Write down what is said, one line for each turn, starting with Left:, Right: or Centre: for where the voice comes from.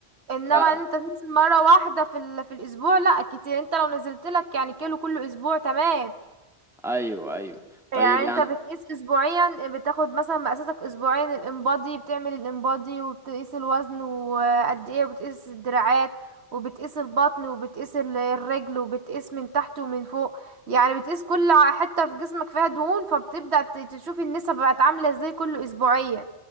Right: انما
Centre: فعلا
Right: انت تنزل مره واحده في ال... في الاسبوع لا كتير انت لو نزلت لك يعني كيلو كل اسبوع تمام
Centre: ايوه ايوه طيب
Right: يعني
Centre: يعني
Right: انت بتقيس اسبوعيا بتاخد مثلا مقاساتك اسبوعيا الانبادي بتعمل الانبادي وبتقيس الوزن وقد ايه وبتقيس الدراعات وبتقيس البطن وبتقيس ال- الرجل وبتقيس من تحت ومن فوق يعني بتقيس كل ع- حته في جسمك فيها دهون فبتبدأ ت- تشوف النسب بقت عامله ازاي كل اسبوعيا